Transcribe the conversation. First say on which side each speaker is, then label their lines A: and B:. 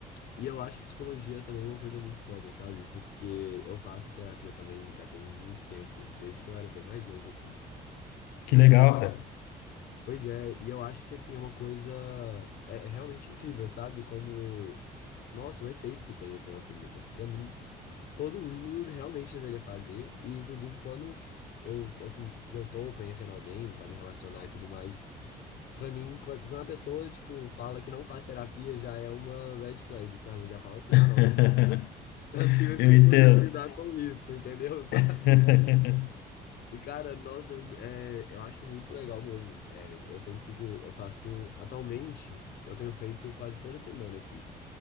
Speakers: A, on the left; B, on the left.
A: e eu acho psicologia também uma coisa muito foda, sabe? Porque eu faço terapia também já tem muito tempo, desde que eu era bem mais novo, assim.
B: Que legal, cara.
A: Pois é, e eu acho que assim é uma coisa é, é realmente incrível, sabe? Como nossa, o efeito que tem assim na nossa vida. Pra pra mim, todo mundo realmente deveria fazer e inclusive quando eu assim, que eu tô conhecendo alguém pra me relacionar e tudo mais, pra mim quando quando a pessoa tipo fala que não faz terapia já é uma red flag, sabe? Já fala assim:
B: <laughs>
A: "Ah, não, não é possível, <laughs> não é possível
B: Eu
A: que
B: entendo.
A: eu vou ter que lidar com isso", entendeu? <laughs> Sabe?
B: <laughs>
A: E, cara, nossa, é- eu acho muito legal mesmo. É, eu sempre fico, eu faço, atualmente, eu tenho feito quase toda semana, assim.